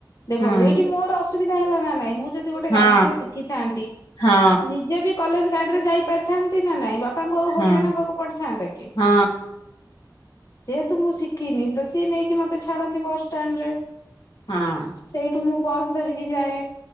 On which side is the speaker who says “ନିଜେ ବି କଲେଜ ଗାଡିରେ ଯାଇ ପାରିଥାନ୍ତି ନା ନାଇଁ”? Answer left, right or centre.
Left